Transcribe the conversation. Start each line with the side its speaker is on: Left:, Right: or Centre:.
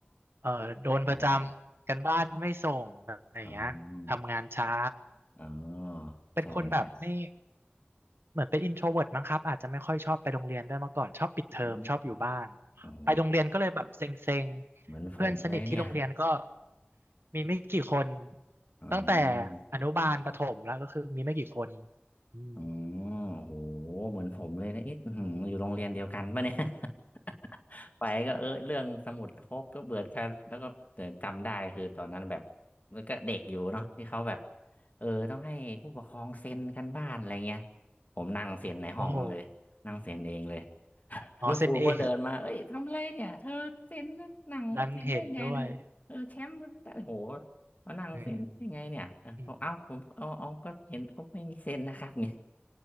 Right: เออโดนประจำกันบ้านไม่ส่งอะไรอย่างเงี้ยทำงานช้า
Left: ใช่ใช่อ๋อ อ๋อ
Right: เป็นคนแบบไม่
Left: ใช่ใช่
Right: เหมือนเป็นอินโทรเวิร์มั้งครับอาจจะไม่ค่อยชอบไปโรงเรียนด้วยมาก่อนชอบปิดเทอมชอบอยู่บ้าน
Left: อืมโอ้โห
Right: ไปโรงเรียนก็เลยแบบเซ็งๆเพื่อนสนิทที่โรงเรียนก็
Left: เหมือนผมเลยเนี่ย
Right: มีไม่กี่คน
Left: อื
Right: ตั้งแต่
Left: ม
Right: อนุบาลประถมแล้วก็คือมีไม่กี่คนอืม
Left: อืมโอ้โหเหมือนผมเลยนะเอ๊ะอื้อหืออยู่โรงเรียนเดียวกันปะเนี่ย <laughs> ไปก็เออเรื่องสมุดพกก็เบื่อกันแล้วก็แต่จำได้คือตอนนั้นแบบแล้วก็เด็กอยู่เนาะที่เขาแบบเออต้องให้ผู้ปกครองเซ็นกันบ้านอะไรเงี้ยผมนั่งเซ็นในห้องเลยนั่งเซ็นเองเลย
Right: โอ้โหอ๋อเซ็นเอง
Left: แล้วครูก็เดินมาเอ้ยทำอะไรเนี่ยเธอเซ็นหนังเซ็นได้ไงเนี่ยเออแชมป์มันได้โห
Right: <laughs> ดันเห็นด้วย
Left: มานั่งเซ็นได้ไงเนี่ยเออเอาเอาผมเอาเอาก็เห็นเขาไม่มีเซ็นนะครับ
Right: อืมอืม
Left: <laughs> เนี่ย